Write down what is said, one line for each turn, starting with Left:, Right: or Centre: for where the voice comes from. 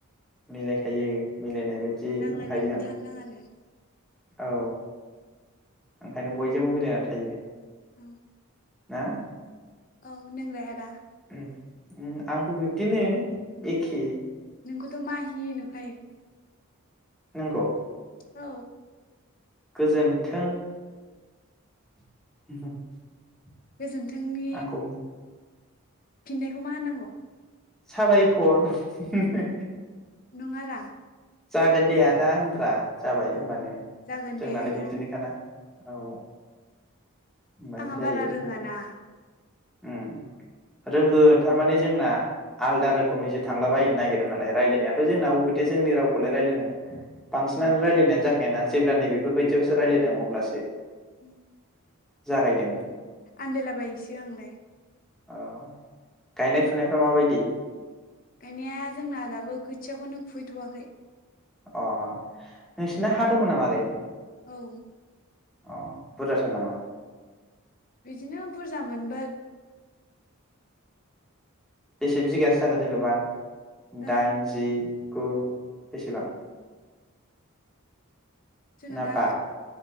Centre: मिलायखायो। मिलायनाय बायदि
Left: नांलायनानैनो
Centre: मोनखायो आं
Left: थानो नाङानो
Centre: औ ओंखायनो बयजोंबो मिलायनानै थायो।
Left: औ
Centre: ना?
Left: औ नोंलाय आदा?
Centre: उम, उम आंबो बिबदिनो एखे।
Left: नोंखौथ' माहि नुखायो।
Centre: नोंगौ?
Left: औ
Centre: गोजोन्थों! <inaudible>
Left: गोजोन्थोंनि
Centre: आंखौ
Left: फिन्नायखौ मा होनांगौ?
Centre: साबायखर। हुम हुम हो
Left: नंङारा
Centre: जागोन दे आदा होनब्रा। जाबाय
Left: औ
Centre: होनबानो
Left: जागोन
Centre: जोंनालाय
Left: दे आदा
Centre: बिदिनोखाना। औ होनबानो
Left: आंहा
Centre: जायो
Left: बारा रोंङा ना
Centre: उम रोंगोन थारमाने जोंना आलदा रोखोमनिसो थांलाबायनो नागिरो नालाय रायलायनायाथ' जोंना अबेथो जोंनि रावखौ खौलाय रायलायनांगोन बांसिनानो
Left: औ
Centre: रायलायनायानो जाखायाना जेब्ला नै बेफोरबायदियावसो रायलायदों अब्लासो
Left: उम
Centre: जागायदों।
Left: आन्दायलाबायसो आंलाय।
Centre: औ गायनाय फुनायफ्रा माबायदि?
Left: गायनाया जोंना दाबो खोथियाखौनो खुबैथ'वाखै।
Centre: अ नोंसिना हा दंमोन नामा आगै?
Left: औ
Centre: अ बुरजाथार नामा?
Left: बिदिनो बुरजा मोनबा
Centre: बेसे बिगासो जागोन जेनबा?
Left: ओ
Centre: दाइन, जि, गु? बेसेबां?
Left: जोंना
Centre: ना
Left: दा
Centre: बा